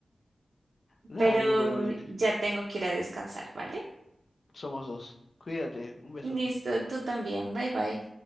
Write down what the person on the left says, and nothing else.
Dale,
igualmente.
Somos dos. Cuídate, un beso.